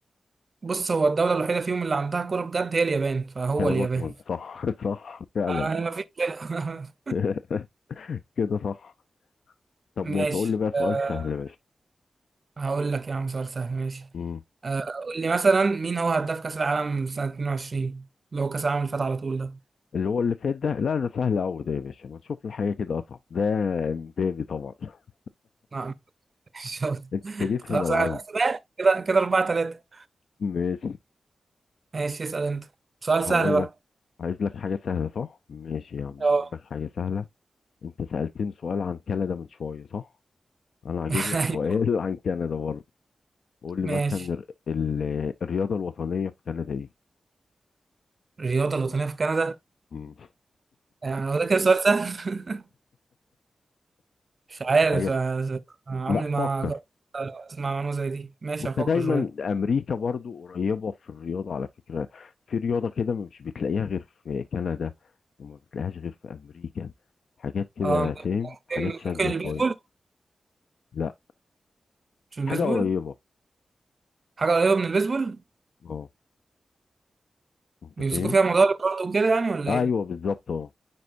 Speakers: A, on the right; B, on the left.
A: بص هو الدولة الوحيدة فيهم اللي عندها كورة بجد هي اليابان فهو
B: كلامك
A: اليابان
B: مظبوط صح <laughs> صح فعلا
A: أنا مفيش غيرها.
B: <laughs> كده صح طب
A: <laughs>
B: ماشي
A: ماشي
B: قول لي بقى سؤال
A: آه،
B: سهل يا
A: هقول لك يا عم سؤال سهل ماشي
B: باشا
A: آه، قول لي مثلا مين هو هداف كأس العالم سنة 22 اللي هو كأس العالم اللي فات على طول ده
B: اللي هو اللي فات ده لا ده سهل قوي ده يا باشا ما نشوف الحاجه كده اصعب ده امبابي طبعا <laughs>
A: نعم <laughs> شاطر.
B: انت جيت
A: خلاص
B: في ملعبي
A: أنا حسبات كده كده 4 3
B: ماشي
A: ماشي اسأل أنت سؤال
B: هقول
A: سهل بقى
B: لك عايز لك حاجه سهله صح ماشي يا عم
A: اه
B: هقول لك حاجه سهله انت سالتني سؤال عن كندا من شويه صح انا هجيب
A: <laughs>
B: لك
A: أيوه
B: سؤال <laughs> عن كندا برضه قول لي
A: ماشي
B: مثلا ال- ال- الرياضه الوطنيه في كندا ايه
A: الرياضة الوطنية
B: مم.
A: في كندا
B: مم.
A: يعني هو ده كده سؤال سهل <laughs> مش عارف
B: <laughs> حاجه
A: آه، عمري
B: لا
A: ما
B: فكر
A: جربت أسمع معلومة زي دي ماشي
B: انت
A: هفكر
B: دايما
A: شوية
B: امريكا برضو قريبه في الرياضه على فكره في رياضه كده مش بتلاقيها غير في كندا وما بتلاقيهاش غير في امريكا حاجات كده
A: اه ممكن
B: فاهم حاجات شاذه
A: ممكن البيسبول
B: شويه لا
A: مش البيسبول
B: حاجه قريبه
A: حاجة قريبة من البيسبول
B: اه انت
A: بيمسكوا
B: فاهم
A: فيها موضوع البرد وكده يعني ولا
B: ايوه
A: ايه؟
B: بالظبط اه